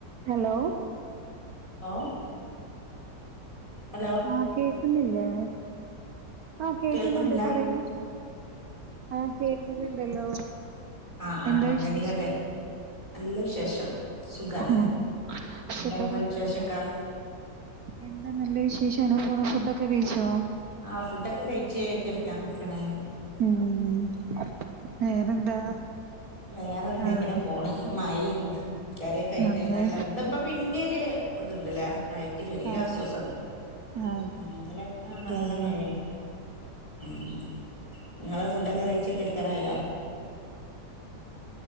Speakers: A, on the right; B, on the left.
A: Hello
B: ഓഹ് hello
A: ആഹ് കേക്കുന്നില്ലേ ആഹ് കേക്ക്ന്ന്ണ്ട്
B: കേൾക്കുന്നില്ല
A: പറയൂ ആഹ് കേക്ക്ന്ന്ണ്ടല്ലോ.
B: ആഹ് ആഹ്
A: എന്താ
B: എഴുന്നേക്കട്ടെ
A: വിശേഷം?
B: നല്ല വിശേഷം സുഖാണ്
A: ഉം
B: എന്താ
A: ഫുഡൊക്കെ
B: ഇങ്ങളെ
A: കഴ്ച്ചോ?
B: വിശേഷൊക്കെ
A: എന്താ നല്ല വിശേഷം അങ്ങനെ പോണു ഫുഡൊക്കെ കഴിച്ചോ?
B: ആഹ് ഫുഡൊക്കെ കഴ്ച്ച് കെട്ക്കാൻ നിക്കാണ്.
A: ഉം വേറെന്താ
B: വേറെ എന്ത്
A: ആഹ്
B: ഇങ്ങനെ പോണ് മഴയും കരൊക്കായിട്
A: അതെ
B: നല്ല ഇന്നിപ്പോ പിന്നൊരു ഇപ്പം ഇതിണ്ടിലെ മയക്ക് ചെറിയോര്
A: ആഹ്
B: ആസ്വാസം ഒണ്ട്
A: അതെ
B: ഇന്നലെ ഒക്കെ നല്ല
A: അതെ
B: മയെ ഉം ഇങ്ങെൾ ഫുഡൊക്കെ കഴിച്ച് കെട്ക്കാനായോ?